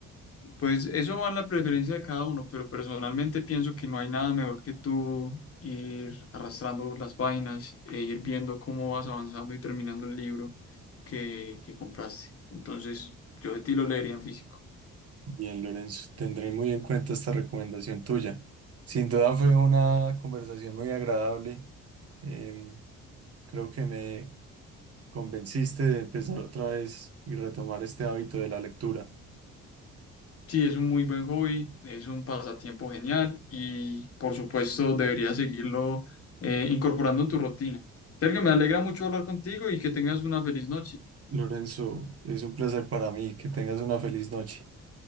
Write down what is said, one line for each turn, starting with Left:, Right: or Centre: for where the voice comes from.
Left: Pues eso va en la preferencia de cada uno, pero personalmente pienso que no hay nada mejor que tú ir arrastrando las vainas e ir viendo cómo vas avanzando y terminando el libro que, que compraste. Entonces, yo de ti lo leería en físico.
Right: Bien, Lorenzo, tendré muy en cuenta esta recomendación tuya. Sin duda fue una conversación muy agradable. Em, creo que me convenciste de empezar otra vez y retomar este hábito de la lectura.
Left: Sí, es un muy buen hobby, es un pasatiempo genial y por supuesto deberías seguirlo eh, incorporando en tu rutina. Sergio, me alegra mucho hablar contigo y que tengas una feliz noche.
Right: Lorenzo, es un placer para mí. Que tengas una feliz noche.